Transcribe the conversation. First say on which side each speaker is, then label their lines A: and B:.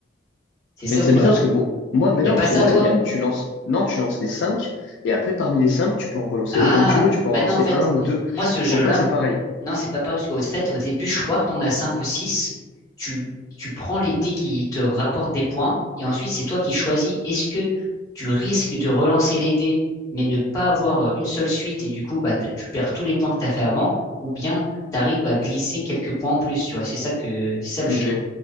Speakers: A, on the left; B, on the left.
A: C'est ça
B: Mais c'est
A: ou pas?
B: bizarre parce que pour moi, mais
A: Y
B: non,
A: a pas
B: parce
A: ça,
B: que moi,
A: toi?
B: le yam, tu lances, non, tu lances les cinq, et après, parmi les cinq, tu peux en relancer
A: Ah,
B: autant que tu veux, tu peux en
A: bah
B: relancer
A: non, en fait,
B: un ou
A: m-
B: deux.
A: moi, ce jeu-là.
B: Je pense pas que c'est pareil.
A: Non, c'est pas pareil, parce qu'au fait, au début, je crois que t'en as 5 ou 6. Tu, tu prends les dés qui te rapportent des points, et ensuite, c'est toi qui choisis. Est-ce que tu risques de relancer les dés, mais ne pas avoir euh, une seule suite, et du coup, bah, t'as- tu perds tous les points que t'as fait avant, ou bien t'arrives à glisser quelques points en plus, tu vois. C'est ça que, c'est ça le
B: Ok.
A: jeu.